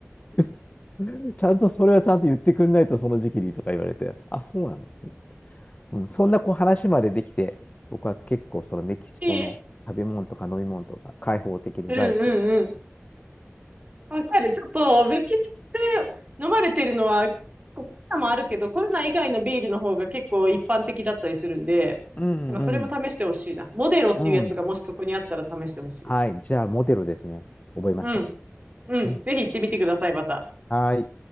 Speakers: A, on the left; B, on the right.
A: <laughs> ちゃんとそれはちゃんと言ってくんないとその時期にとか言われて、あ、そうなの、うん、そんなこう話までできて、僕は結構そのメキシコの食べ物とか飲み物とか開放的で大好きです。
B: いいえ。うん、うん、うん。わかる。ちょっと、メキシコで飲まれてるのは、コロナもあるけど、コロナ以外のビールの方が結構一般的だったりするんで、
A: うん
B: なんかそれも試してほしいな。モデロっていうやつがもしそこにあったら試してほしいです。
A: うん。うん。はい。じゃあ、モテロですね。覚えました。
B: うん。うん。
A: うん。
B: ぜひ行ってみてください、また。
A: はい。